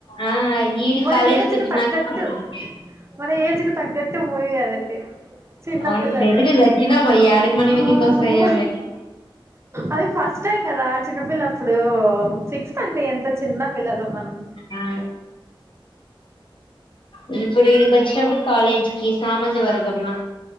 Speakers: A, on the left (about 65°); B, on the right (about 30°).
A: ఆ ఈడి
B: మన
A: కాలేజీకి
B: ఏజ్కి
A: వచ్చినాక
B: తగ్గట్టు
A: సెకండ్
B: మన ఏజ్కి తగ్గట్టు మూవీ అదైతే చిన్న
A: అవును
B: పిల్లలు
A: బెదిరి దక్కినా వయ్యాడి మనీ
B: ఆ
A: విందుకి వస్తాయి అన్నట్టు
B: అది ఫస్ట్ టైం కదా చిన్నపిల్ ప్పుడు సిక్స్త్ అంటే ఎంత చిన్న పిల్లలం మనం
A: ఆ ఇ ఇప్పుడ్ ఈడికోచ్చినప్పుడు కాలేజ్కి సామజ వర్గంనా